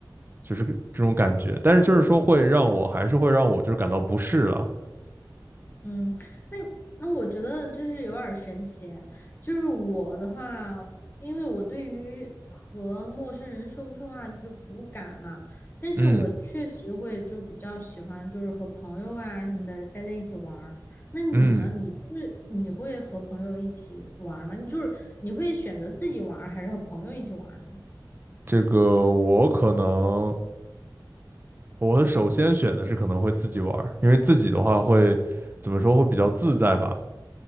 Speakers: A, on the right; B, on the left.
A: 就是这种感觉，但是就是说会让我还是会让我就是感到不适了，
B: 嗯，那那我觉得就是有点儿神奇，就是我的话，因为我对于和陌生人说不说话就不敢嘛，但是我确实会就比较喜欢就是和朋友啊什么的待在一起玩儿。
A: 嗯
B: 那你呢？
A: 嗯，
B: 你就是你会和朋友一起玩儿吗？你就是你会选择自己玩儿还是和朋友一起玩儿呢？
A: 这个我可能我首先选的是可能会自己玩儿因为自己的话会怎么说会比较自在吧，